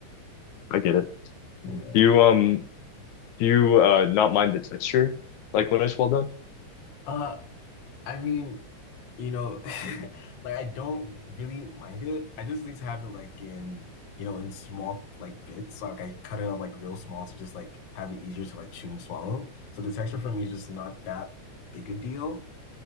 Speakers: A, on the left; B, on the left.
A: I get it.
B: Yeah.
A: Do you um do you uh not mind the texture like when it's well done?
B: Uh, I mean, you know, <laughs> like I don't really mind it. I just need to have it like in, you know, in small like bits. So like I cut it up like real small to just like have it easier to like chew and swallow. So the texture for me is just not that big a deal